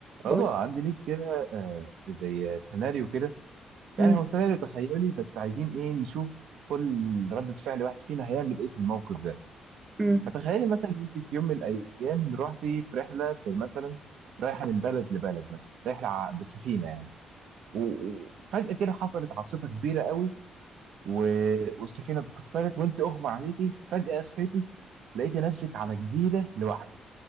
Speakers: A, on the right; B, on the right.
A: بقول
B: رضا عندي ليك كده آه، زي سيناريو كده يعني
A: مم.
B: هو سيناريو تخيلي بس عايزين ايه نشوف كل ردة فعل واحد فينا هيعمل ايه في الموقف ده
A: مم.
B: فتخيلي مثلا ان انت في يوم من الايام رحتي في رحلة في مثلا رايحة من بلد لبلد مثلا رحلة ع- بالسفينة يعني و- و- وفجأة كده حصلت عاصفة كبيرة قوي و- والسفينة اتكسرت وانت اغمى عليكي فجأة صحيتي لقيتي نفسك على جزيرة لوحدك